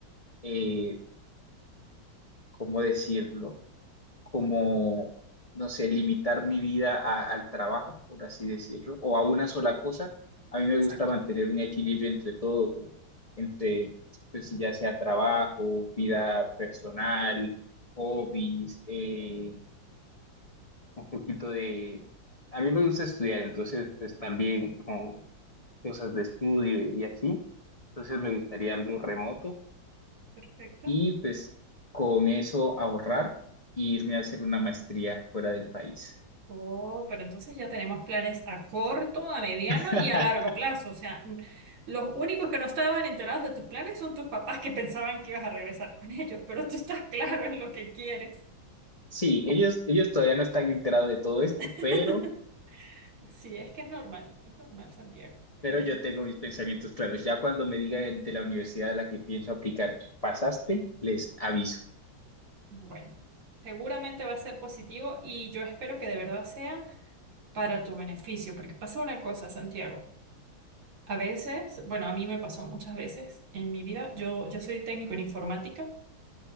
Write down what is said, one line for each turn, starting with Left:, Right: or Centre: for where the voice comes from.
Left: eh, ¿cómo decirlo? como, no sé, limitar mi vida a- al trabajo, por así decirlo, o a una sola cosa. A mí me
Right: Exacto.
Left: gusta mantener un equilibrio entre todo, como entre, pues si ya sea trabajo, vida personal, hobbies, eh, un poquito de... A mí me gusta estudiar, entonces, pues también como cosas de estudio y así. Entonces me gustaría algo remoto
Right: Perfecto.
Left: y pues con eso ahorrar e irme a hacer una maestría fuera del país.
Right: Oh, pero entonces ya tenemos planes a corto, a mediano
Left: <laughs>
Right: y a largo plazo. O sea, n- los únicos que no estaban enterados de tus planes son tus papás que pensaban que ibas a regresar con ellos, pero tú estás claro en lo que quieres.
Left: Sí, ellos, ellos todavía no están enterados de todo esto,
Right: <laughs>
Left: pero,
Right: Sí, es que es normal, es normal, Santiago. Eh,
Left: pero yo tengo mis pensamientos claros. Ya cuando me digan de la universidad a la que pienso aplicar, pasaste, les aviso.
Right: bueno, seguramente va a ser positivo y yo espero que de verdad sea para tu beneficio, porque pasa una cosa, Santiago. A veces, bueno, a mí me pasó muchas veces en mi vida, yo, yo soy técnico en informática